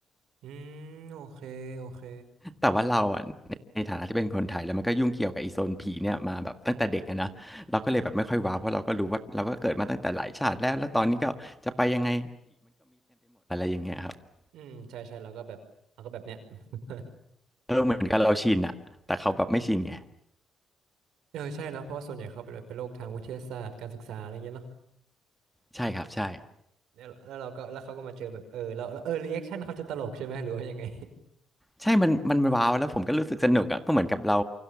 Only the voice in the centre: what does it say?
แต่ว่าเราอะในในฐานะที่เป็นคนไทยแล้วมันก็ยุ่งเกี่ยวกับอีโซนผีเนี่ยมาแบบตั้งแต่เด็กอะนะเราก็เลยแบบไม่ค่อยว้าวเพราะเราก็รู้ว่าเราก็เกิดมาตั้งแต่หลายชาติแล้วแล้วตอนนี้ก็จะไปยังไงอย่างเงี้ยครับ
เออเหมือนกับเราชินอะแต่เขาแบบไม่ชินไง
ใช่ครับใช่
ใช่มันมันว้าวแล้วผมก็รู้สึกสนุกอะก็เหมือนกับเรา